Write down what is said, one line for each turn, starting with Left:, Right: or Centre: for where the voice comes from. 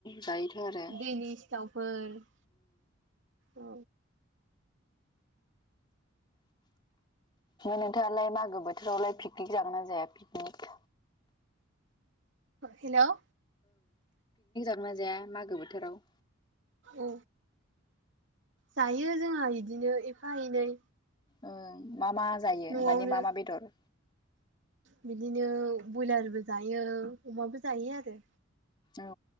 Left: जायोथ' आरो
Right: दैनि सिथावफोर औ
Left: नोंथाङालाय मागो बोथोरावलाय पिकनिक जागोन ना जाया पिकनिक
Right: हेल'
Left: अमा जाया मागो बोथोराव
Right: औ जायो जोंहा बिदिनो एफा एनै
Left: ओं मा मा जायो
Right: न'आवनो
Left: माने मा मा बेदर
Right: बिदिनो बयलारबो जायो अमाबो जायो आरो
Left: औ